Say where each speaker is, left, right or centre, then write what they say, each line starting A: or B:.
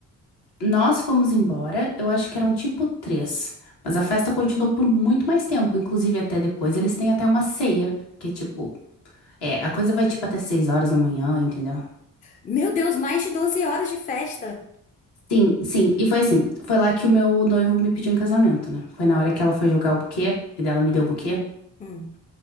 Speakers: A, on the left; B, on the left.
A: Nós fomos embora, eu acho que eram tipo três, mas a festa continuou por muito mais tempo, inclusive até depois. Eles têm até uma ceia, que é tipo, é, a coisa vai tipo até seis horas da manhã, entendeu?
B: Meu Deus, mais de 12 horas de festa.
A: Sim, sim. E foi assim, foi lá que o meu noivo me pediu em casamento, né? Foi na hora que ela foi jogar o buquê, e dela me deu o buquê,
B: Hum.